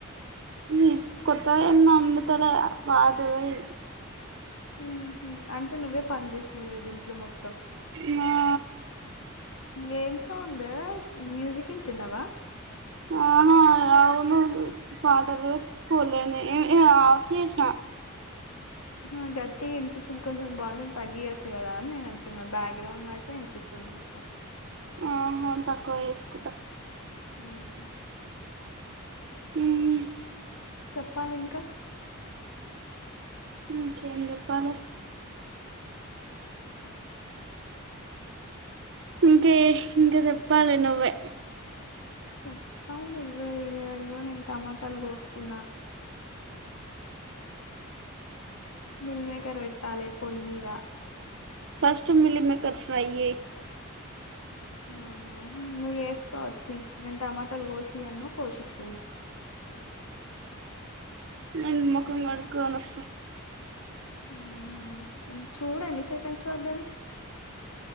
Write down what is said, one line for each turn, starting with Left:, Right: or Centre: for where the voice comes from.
Right: హ్మ్ కొత్తవేం నమ్ముతలే పాతవే ఇవి
Left: మ్ హూ అంటే నువ్వే పని చేసినవ్ ఈ రోజు ఇంట్లో మొత్
Right: మ్యా
Left: ఏం సౌండు మ్యూజిక్ ఇంటున్నావా
Right: అవును అవును పాటలు పెటుకోలే నైమే ఏ ఆఫ్ చేసినా
Left: అ గట్టిగా ఇనిపిస్తుంది కొంచెం వాల్యూమ్ తగ్గియొచ్చు కదా అని నేను అంటున్నా బ్యాక్గ్రౌండ్ నాయిసే వినిపిస్తుంది మొత్తం
Right: ఆహా తక్కువ చేసుకుటా
Left: మ్మ్
Right: మ్
Left: చెప్పాలింకా
Right: ఇంకేం చెప్పాలే ఇంకే ఇంకా చెప్పాల నువ్వే
Left: చెప్పాలి నువ్వే ఇగ ఇగో నేను టమాటాలు కోస్తున్నా మిల్మేకర్ పెట్టాలే పోయి మీదా
Right: ఫస్ట్ మిలీమేకర్ ఫ్రై చేయ్
Left: ఆహా నువు చేసుకోవచ్చి నేను టమాటాలు కోషి అన్నవ్ కోషిస్తున్నా
Right: నేన్ మొఖం కడుకోనొస్తా
Left: హ్మ్ చూడు ఎన్ని సెకండ్స్ పడ్దది